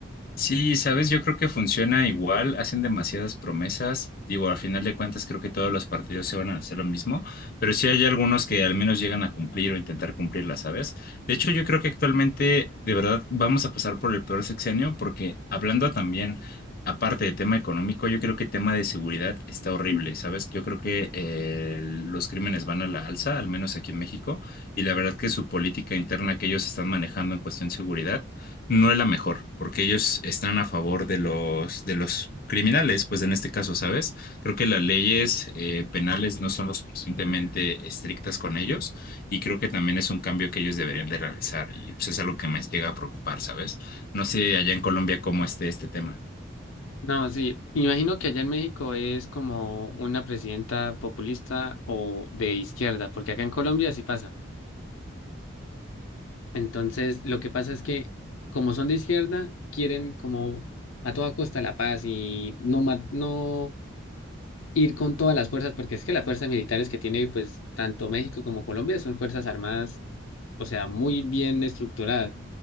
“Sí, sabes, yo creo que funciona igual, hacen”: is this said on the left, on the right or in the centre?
Left